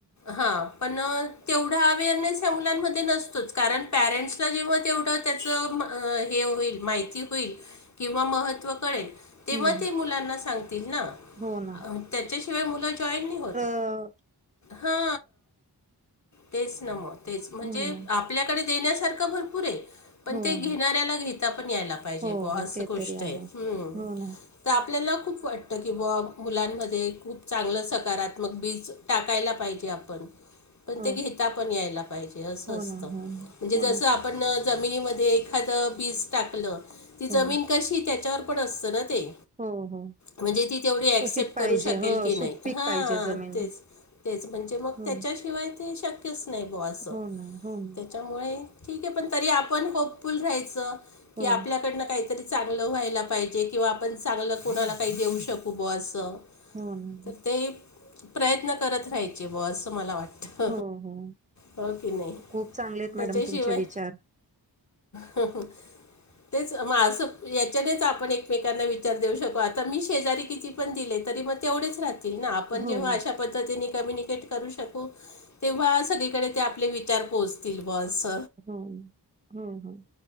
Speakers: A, on the left; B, on the right.
A: हा पण तेवढा अवेअरनेस हया मुलांमध्ये नसतोच कारण पॅरेंट्सला जेव्हा तेवढ त्याच हे होईल माहिती होईल किंवा महत्व कळेल तेव्हा
B: हम्म हम्म
A: ते मुलांना सांगतील ना
B: हो ना
A: अ त्याच्याशिवाय मुलं जॉईन नाही होत
B: ह
A: हा तेच ना मग तेच म्हणजे
B: हो
A: आप
B: ना
A: आपल्याकडे देण्यासारखं भरपूर ये पण
B: हो
A: ते घेणाऱ्याला
B: ना
A: घेता पण यायला पाहिजे
B: हो
A: बॉअस
B: हो ते
A: गोष्ट
B: तरी
A: आहे हम्म
B: हो ना
A: तर आपल्याला खूप वाटतं की बॉ मुलांमध्ये खूप चांगलं सकारात्मक बीज टाकायला पाहिजे ते आपण पण
B: हो
A: घेता पण यायला पाहिजे अस
B: हो
A: असत
B: ना
A: म्हणजे
B: हो हो
A: जस
B: ना
A: आप जमनीमध्ये एखाद बीज टाकलं ती
B: हो
A: जमीन कशी त्याच्यावर पणअसताना ते
B: हो हो
A: म्हणजे ती तेवढी
B: सुपीक
A: ऍक्सेप्ट
B: पाहिजे
A: करू शकेल
B: हो
A: की नाही
B: सुपीक
A: हा
B: पाहिजे जमीन
A: तेच तेच म्हणजे मग
B: हो
A: त्याच्याशिवाय ते शक्यच नाही ग असं
B: हो ना हो ना
A: त्यामुळे ठीक आहे पण तरी आपण होपुल राहायच
B: हो
A: की आपल्याकडन काहीतरी चांगलं व्हायला पाहिजे किंवा आपण चांगलं कोणाला काही देऊ शकू ब असं
B: हो ना
A: तर ते प्रयत्न करत राहायचे ब असं मला वाटत
B: हो हो
A: हो कि नाही
B: खूप चांगले आहेत
A: त्याच्याशिवाय
B: मॅडम तुमचे विचार
A: ह ह तेचग असं याच्यानेच आपण एकमेकांना विचार देऊ शको आता मी शेजारी किती ण दिले तरी मग तेवढेच राह आपण
B: हो
A: जेव्हा
B: हो
A: अश पद्धती क करू शकू तेव्हा सगळीकडे ते आपले विचार पोहोचतील बस
B: हम्म हो हो